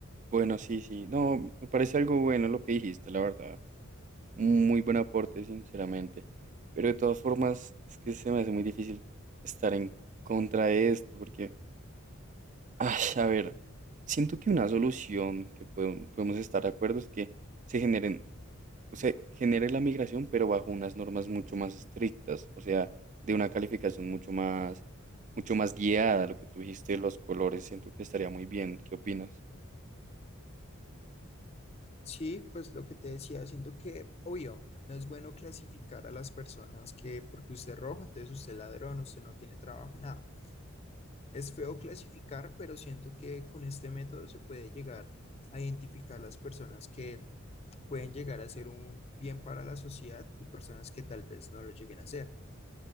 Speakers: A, on the right; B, on the left.
A: bueno, sí, sí. No, me parece algo bueno lo que dijiste, la verdad. Un muy buen aporte, sinceramente. Pero de todas formas, es que se me hace muy difícil estar en contra de esto, porque, ay, a ver, siento que una solución que podem- podemos estar de acuerdo es que se generen se genere la migración, pero bajo unas normas mucho más estrictas, o sea, de una calificación mucho más, mucho más guiada. Lo que tú dijiste de los colores, siento que estaría muy bien. ¿Qué opinas?
B: Sí, pues lo que te decía, siento que, obvio, no es bueno clasificar a las personas que porque usted es rojo, entonces usted es ladrón, usted no tiene trabajo, nada. Es feo clasificar, pero siento que con este método se puede llegar a identificar las personas que pueden llegar a ser un bien para la sociedad y personas que tal vez no lo lleguen a ser.